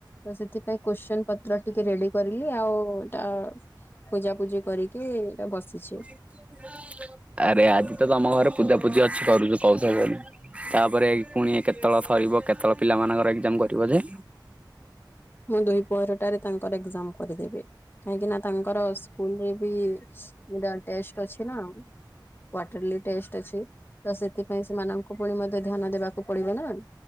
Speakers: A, on the left (about 25°); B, on the right (about 15°).
A: ତ ସେଥିପାଇଁ କୋସଚୀନ ପତ୍ର ଟିକେ ରେଡି କରିଲି ଆଉ ଏଟା। ପୂଜା ପୂଜି କରିକି ଏଇଟା ବସିଛି।
B: ହ <unintelligible> ଆରେ ଆଜି ତ ତମ ଘରେ ପୂଜା ପୂଜି ଅଛି କରୁଛ କହୁଥିଲ <unintelligible> ତାପରେ ପୁଣି କେତେବେଳେ ସରିବ କେତେବେଳେ ପିଲାମାନଙ୍କର ଏକ୍ଜାମ କରିବ ଯେ?
A: ମୁଁ ଦୁଇ ପହରଟାରେ ତାଙ୍କର ଏକଜାମ କରିଦେବି କାହିଁକି ନା ତାଙ୍କର ସ୍କୁଲରେ ବି। ତାଙ୍କ ଟେଷ୍ଟ ଅଛି ନା। କ୍ଵାଟରଲି ଟେଷ୍ଟ ଅଛି ତ ସେଥିପାଇଁ ସେମାନଙ୍କୁ ପୁଣି ମଧ୍ୟ ଧ୍ୟାନ ଦେବାକୁ ପଡିବ ନା।